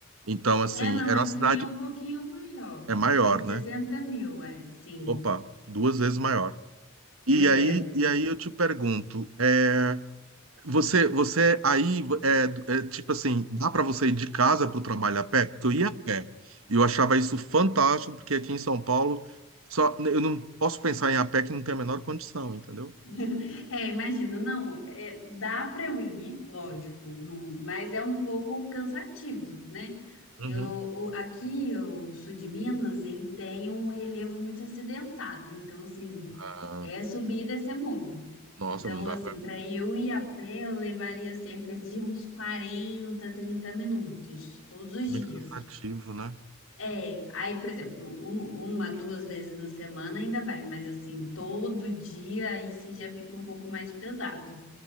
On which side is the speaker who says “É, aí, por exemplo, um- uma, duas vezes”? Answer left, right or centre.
Left